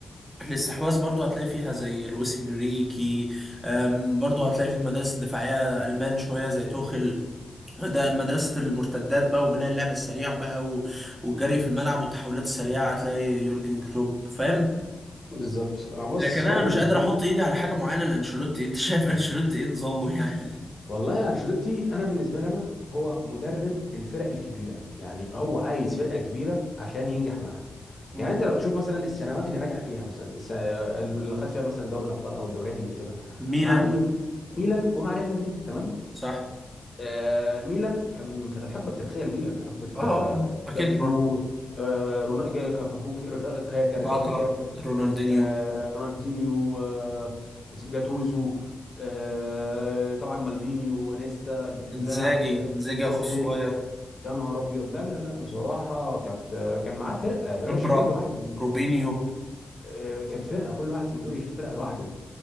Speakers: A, on the right (about 15°); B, on the left (about 40°).
A: الاستحواذ برضو هتلاقي فيها زي لويس انريكي آم، برضو هتلاقي في المدارس الدفاعيه المان شويه زي توخيل ده مدرسة المرتدات بقى وبناء اللعب السريع بقى و... والجري في الملعب والتحولات السريعة هتلاقي يورجن كلوب فاهم
B: بالظبط آه، بص
A: لكن
B: هو
A: انا
B: انا
A: مش
B: بالنسبه
A: قادر احط
B: لي
A: ايدي على حاجة معينة لانشيلوتي انت <laughs> شايف انشيلوتي ايه نظامه يعني
B: والله انشيلوتي انا بالنسبه لي انا هو مدرب الفرق الكبيره يعني هو عايز فرقه كبيره عشان ينجح معاها
A: مم.
B: يعني انت لو تشوف مثلا السنوات اللي نجح فيها مثلا الس... اللي خد فيها مثلا دوري الابطال او الدوريات اللي كسبها
A: ميلان
B: مع مين ميلان ومع ريال مدريد تمام
A: صح
B: آه ميلان كان كانت الحقبه التاريخيه لميلان حقبه
A: اه آه،
B: آه،
A: اكيد
B: كافو
A: رو-
B: آه رونالدو كافو كا- كا- كا- ريكاردو
A: كاكا رونالدينيو
B: آه، رونالدينيو آه، جاتوزو آه، طبعا مالديني وانيستا اللي في الدفاع
A: انزاجي
B: آه،
A: انزاجي اخو
B: زاج
A: الصغير
B: يا نهار ابيض لا لا لا بصراحه كانت آه، كان معاه فرقه يا باشا
A: خبرة
B: كل واحد من
A: روبينيو
B: آه، كانت فرقه كل واحد من دول يشيل فرقه لوحده